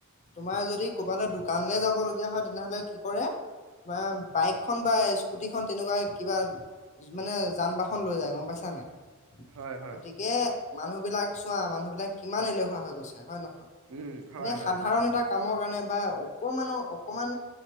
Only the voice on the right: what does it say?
হয় হয়
উম হয়
হয়।